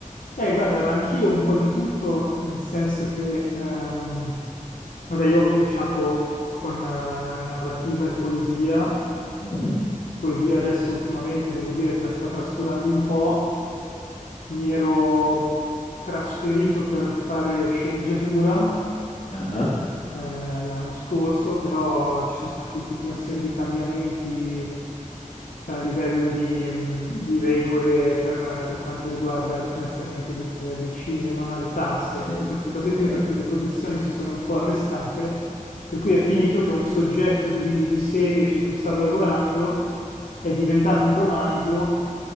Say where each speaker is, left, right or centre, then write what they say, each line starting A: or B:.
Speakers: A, on the left; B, on the left.
A: Eh, guarda, ma anch'io un po' di tutto, nel senso che, ehm, vabbè, io ho cominciato con eh, narrativa e poesia
B: Mhm.
A: poesia adesso ultimamente devo dire che la sto trascurando un po'. Mi ero trasferito per fare sceneggiatura
B: Ah,
A: eh, l'anno scorso, però ci sono stati tutta una serie di cambiamenti a livello di, mh, di regole per, per quanto riguarda il finanziamento del, ci- del cinema, le tasse,
B: ok,
A: tutte queste cose
B: ok.
A: qui, per cui le produzioni si sono un po' arrestate, per cui è finito che un soggetto di, di serie su cui stavo lavorando è diventato un romanzo